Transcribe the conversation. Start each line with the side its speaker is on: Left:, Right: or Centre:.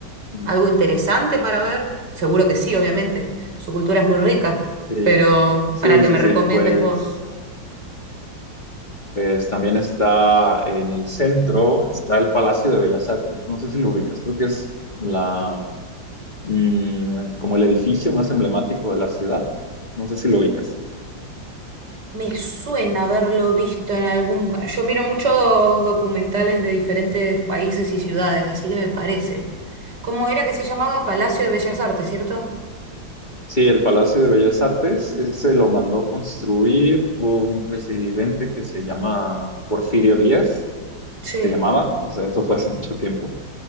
Left: Ujú.
Right: algo interesante para ver? Seguro que sí, obviamente. Su cultura es muy rica,
Left: Sí,
Right: pero
Left: sí,
Right: para que
Left: sí,
Right: me
Left: sí.
Right: recomiendes
Left: Pues,
Right: vos.
Left: pues también está en el centro, está el Palacio de Bellas Artes. No sé si lo ubicas, creo que es la, mm, como el edificio más emblemático de la ciudad. No sé si lo ubicas.
Right: Me suena haberlo visto en algún... Yo miro muchos documentales de diferentes países y ciudades, así que me parece. ¿Cómo era que se llamaba? Palacio de Bellas Artes, ¿cierto?
Left: Sí, el Palacio de Bellas Artes, ese lo mandó construir un presidente que se llama Porfirio Díaz,
Right: Sí.
Left: se llamaba, o sea, eso fue hace mucho tiempo.